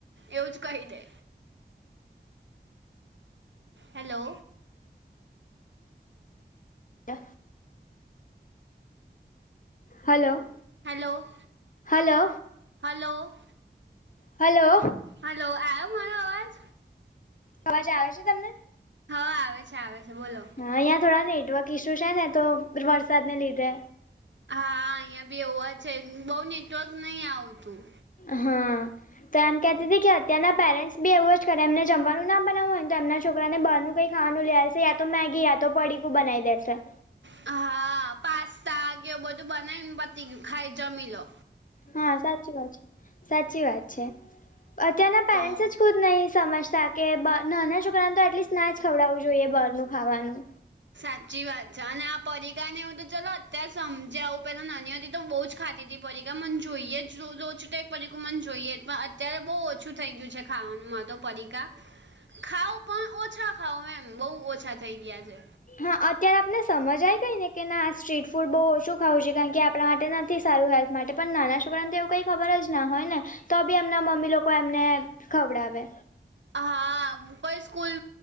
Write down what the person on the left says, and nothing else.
ય hello.
hello
Hello.
અવાજ આવે છે તમને?
હા, અહીંયા થોડા નેટવર્ક ઇસ્યુ છે ને તો વરસાદને લીધે
હા, તો એમ કેતી હતી કે અત્યારના પેરેન્ટ્સ બીવો જ કરે એમને જમવાનું ના બનાવું હોયને તો એમના છોકરાને બાર કઈ ખવાનું લ્યાશે યા તો મેગી યા તો પડીકું બનાઈ દેસે.
હા સાચી વાત છે સાચી વાત છે અત્યારના પેરેન્ટ્સ
જ. ખુદ નહી સમજતા કે બ નાના છોકરાને તો એટલીસ્ટ ના જ ખવડાવું જોઈએ બાર નું ખાવાનું.
હા અત્યારે આપને સમજ આઈ ગઈ ને કે ના આ સ્ટ્રીટ. ફૂડ બહુ ઓછું ખાવું છે કારણ કે આપણા માટે નથી સારું હેલ્થ માટે પણ નાના છોકરા ને તો એવું કંઈ ખબર જ ના હોય ને. તો બી એમના મમ્મી લોકો એમને ખવડાવે.